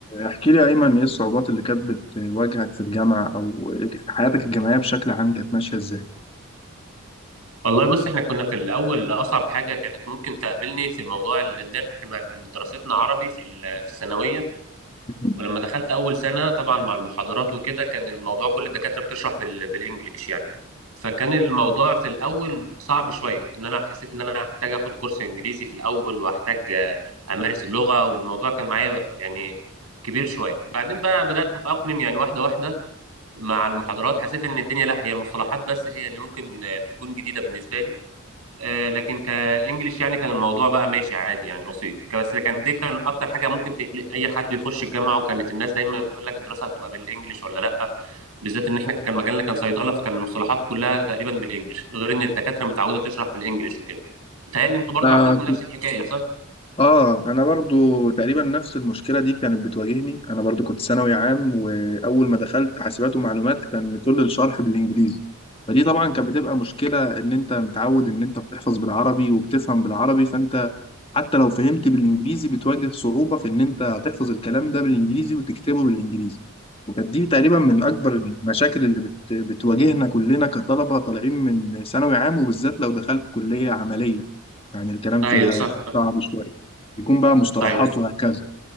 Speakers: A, on the left; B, on the right.
A: احكي لي يا أيمن إيه الصعوبات اللي كانت بتواجهك في الجامعة أو حياتك الجامعية بشكل عام كانت ماشية إزاي؟
B: والله بص احنا كنا في الاول اصعب حاجه كانت ممكن تقابلني في موضوع ال- ان احنا كنا كان دراستنا عربي في ال- في الثانويه
A: <laughs>
B: ولما دخلت اول سنه طبعا مع المحاضرات وكده كان الموضوع كل الدكاتره بتشرح بال... بالانجليش يعني فكان الموضوع في الاول صعب شويه ان انا حسيت ان انا هحتاج اخد كورس انجليزي في الاول وهحتاج آه، امارس اللغه والموضوع كان معايا يعني كبير شويه بعدين بقى بدات اتاقلم يعني واحده واحده مع المحاضرات حسيت ان الدنيا لا هي المصطلحات بس هي اللي ممكن آه، تكون جديده بالنسبه لي آه، لكن كانجليش يعني كان الموضوع بقى ماشي عادي يعني بسيط ك- بس كان دي كان اكتر حاجه ممكن تقلق اي حد يخش الجامعه وكانت الناس دايما بتقول لك الدراسه هتبقى بالانجليش ولا لا بالذات ان احنا كان مجالنا كان صيدله فكان المصطلحات كلها تقريبا بالانجليش غير ان الدكاتره متعوده تشرح بالانجليش وكده متهيألي انتوا برضو
A: آه
B: عندكم نفس الحكايه صح؟
A: آه، أنا برضو تقريبا نفس المشكلة دي كانت بتواجهني أنا برضو كنت ثانوي عام وأول ما دخلت حاسبات ومعلومات كان كل الشرح بالإنجليزي فدي طبعا كانت بتبقى مشكلة إن أنت متعود إن أنت بتحفظ بالعربي وبتفهم بالعربي فأنت حتى لو فهمت بالانجليزي بتواجه صعوبة في ان انت تحفظ الكلام ده بالانجليزي وتكتبه بالانجليزي وكانت دي تقريبا من اكبر المشاكل اللي بت... بتواجهنا كلنا كطلبة طالعين من ثانوي عام وبالذات لو دخلت كلية عملية يعني الكلام
B: ايوه
A: فيها
B: صح
A: صعب شوية يكون بقى مصطلحات
B: ايوه
A: وهكذا